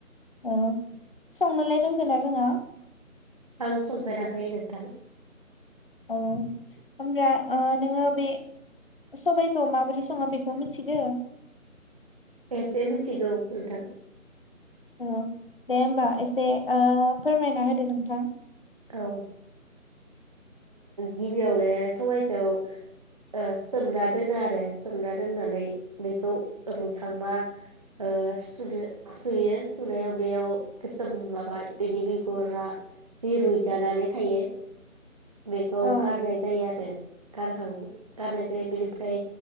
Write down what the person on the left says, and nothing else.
औ संनोलाय रोंगोना रोङा?
औ होमब्ला ओ नोङो बे सबायखौ माबोरै सङो बेखौ मिथिगो?
औ दे होमबा एसे ओ फोरमायना होदो नोंथां।
औ